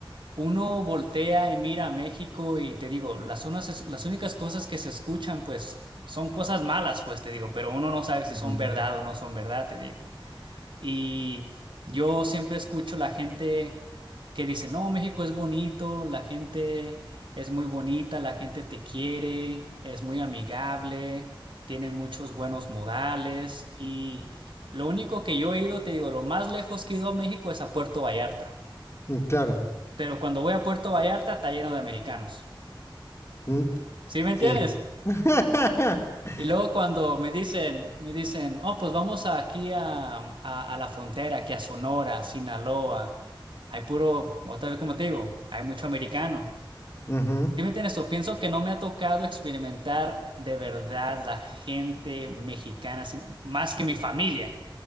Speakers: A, on the right (about 70°); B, on the left (about 30°).
A: uno voltea y mira a México y te digo, las unas, es- las únicas cosas que se escuchan, pues, son cosas malas, pues, te digo, pero uno no sabe si
B: Ujú.
A: son verdad o no son verdad, te digo. Y yo siempre escucho la gente que dice, no, México es bonito, la gente es muy bonita, la gente te quiere, es muy amigable, tiene muchos buenos modales. Y lo único que yo he ido, te digo, lo más lejos que he ido a México es a Puerto Vallarta.
B: Mm, Claro.
A: Pero cuando voy a Puerto Vallarta está lleno de americanos.
B: Mm,
A: ¿Sí me entiendes?
B: Sí. <laughs>
A: Y luego cuando me dicen, me dicen, oh, pues vamos aquí a, a- a la frontera, aquí a Sonora, Sinaloa. Hay puro, otra vez como te digo, hay mucho americano.
B: Ujú.
A: ¿Sí me entiendes? O pienso que no me ha tocado experimentar de verdad la gente mexicana, así, más que mi familia.